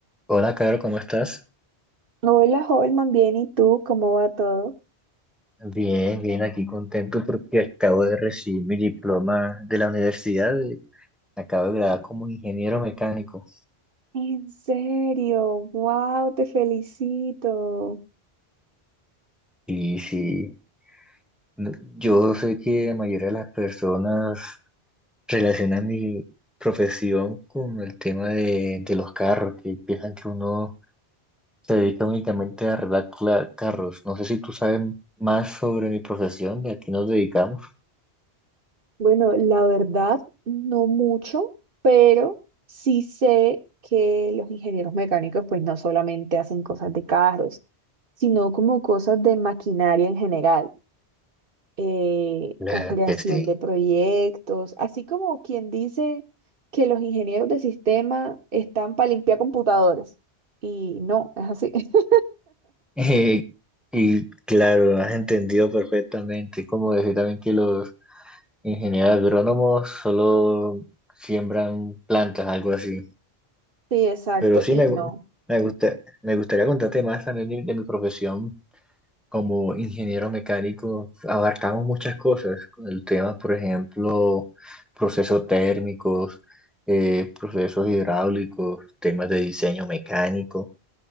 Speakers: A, in the centre; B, on the right.
A: Hola, Caro, ¿cómo estás?
B: Hola, Holman, bien, ¿y tú? ¿Cómo va todo?
A: Bien, bien, aquí contento porque acabo de recibir mi diploma de la universidad. eh, Acabo de graduar como ingeniero mecánico.
B: En serio, wow, te felicito.
A: Y sí, no- yo sé que la mayoría de las personas relacionan mi profesión con el tema de, de los carros, que piensan que uno se dedica únicamente a arreglar cla- carros. No sé si tú sabes más sobre mi profesión, de a qué nos dedicamos.
B: Bueno, la verdad, no mucho, pero sí sé que los ingenieros mecánicos pues no solamente hacen cosas de carros, sino como cosas de maquinaria en general, eh,
A: Claro
B: o creación
A: que sí.
B: de proyectos, así como quien dice que los ingenieros de sistema están para limpiar computadores. Y no, es así. <laughs>
A: Eh, y claro, has entendido perfectamente, como decir también que los ingenieros agrónomos solo siembran plantas, algo así.
B: Sí, exacto,
A: Pero sí
B: y
A: me,
B: no.
A: gu- me gusta, me gustaría contarte más también de, de mi profesión como ingeniero mecánico. Abarcamos muchas cosas, con el tema, por ejemplo, procesos térmicos, eh, procesos hidráulicos, temas de diseño mecánico.